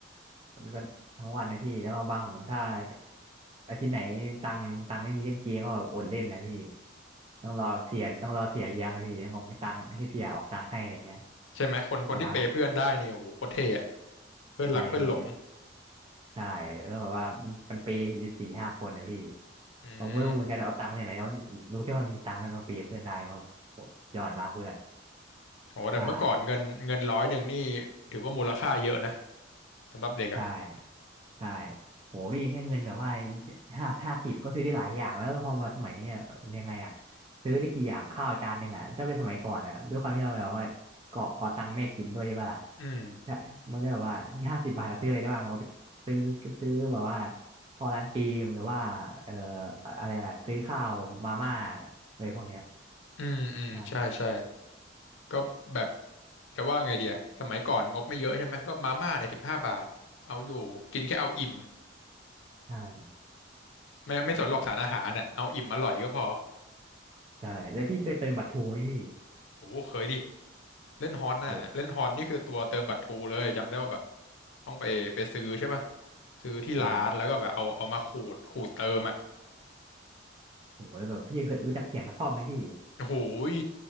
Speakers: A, on the right (about 30°); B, on the left (about 85°).
A: มันก็ทั้งวันนะพี่แล้วบางถ้าอาทิตย์ไหนตังตังไม่มีเล่นเกมก็แบบอดเล่นแหละพี่ต้องรอเสียต้องรอเสียเลี้ยงอะพี่ต้องบอกมีตังให้เสียออกตังให้อะไรเงี้ย
B: ใช่ไหมคนคนที่เปย์เพื่อนได้นี่โอ้โหโคตรเท่อะ
A: ใช่
B: เพื่อนรักเพื่อนหลง
A: ใช่พี่ใช่แล้วแบบว่ามันเปย์อยู่สี่ห้าคนนะพี่
B: อืม
A: ผมไม่รู้เหมือนกันเอาตังค์มาจากไหนแล้วรู้แค่ว่ามันมีตังค์แล้วมาเปย์เพื่อนได้ว่าโหยอดมากเพื่อน
B: โอ้แต่เมื่อก่อนเงินเงินร้อยหนึ่งนี่ถือว่ามูลค่าเยอะนะ
A: ใช่
B: สำหรับเด็กอ่ะ
A: ใช่ใช่โหพี่แค่เงินแบบว่าห้าห้าสิบก็ซื้อได้หลายอย่างแล้วแล้วพอมาสมัยเนี้ยยังไงอ่ะซื้อได้กี่อย่างข้าวจานหนึ่งอ่ะถ้าเป็นสมัยก่อนอ่ะด้วยความที่เราแบบว่าเกาะเกาะตังค์แม่กินด้วยใช่ปะล่ะ
B: อืม
A: ใช่มันก็แบบว่าห้าสิบบาทเราซื้ออะไรได้บ้างเราไปซื้อซื้อแบบว่าข้าวร้านจีมหรือว่าเอ่ออะไรล่ะซื้อข้าวมาม่าอะไรพวกเนี้ย
B: อืมอืมใช่ใช่
A: ใช่
B: ก็แบบจะว่าไงเดียสมัยก่อนงบไม่เยอะใช่ไหมก็มาม่าเนี่ยสิบห้าบาทเอาอยู่กินแค่เอาอิ่ม
A: ใช่
B: ไม่ไม่สนหรอกสารอาหารน่ะเอาอิ่มอร่อยก็พอ
A: ใช่แล้วพี่เคยเติมบัตรทูไหมพี่
B: โอ้โหเคยดิเล่นฮอนน่ะเล่นฮอนนี่คือตัวเติมบัตรทรูเลยจำได้ว่าแบบ
A: โอ้
B: ต้องไปไปซื้อใช่ป่ะซื้อที่ร้านแล้วก็แบบเอาเอามาขูดขูดเติมอ่ะ
A: ใช่โหแล้วแบบพี่เคยรู้จักเสียงนครไหมพี่
B: โอ้โหย